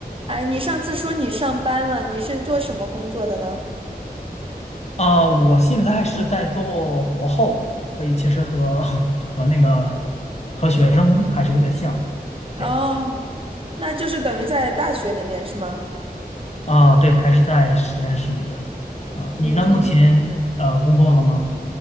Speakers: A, on the right (about 35°); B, on the left (about 45°).
A: 哎，你上次说你上班了，你是做什么工作的呢？
B: 啊、我现在是在做博后，所以其实和 <laughs> 和那个和学生还是有点像，这样
A: 哦，那就是等于在大学里面是吗？
B: 啊、对，还是在实验室里边儿啊、你呢？
A: 你你
B: 目前呃工作了吗？